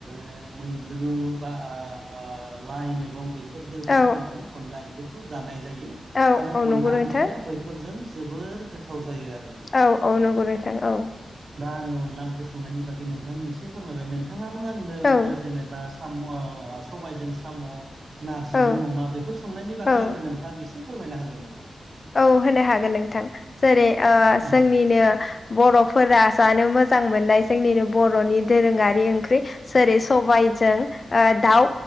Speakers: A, on the right; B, on the left.
A: ओ मैद्रु बा ओ ओ लाइ मैगं बैफोरजोंबो
B: औ
A: जों माने अनला ओंख्रि खौ जानाय जायो
B: औ
A: आरो
B: औ नंगौ
A: अनला
B: नोंथां
A: ओंख्रिया बैफोरजों जोबोर गोथाव जायो आरो नोंथां
B: औ औ नंगौ नोंथां औ
A: दा अनला ओंख्रि संनायनि बागै नोंथांनि एसे फोरमायबाय नोंथाङाबो आंनो
B: औ
A: जेनेबा साम' सबायजों साम' नारजिदों
B: औ
A: अमा बेफोर संनायनि बागै
B: औ
A: आंनो नोंथाङाबो एसे फोरमायना होगोन नामा
B: औ होनो हागोन नोंथां जेरै ओ जोंनिनो
A: औ
B: बर' फोर जानो मोजां मोननाय जोंनिनो बर'नि दोरोङारि ओंख्रि जेरै सबाइजों ओ दाउ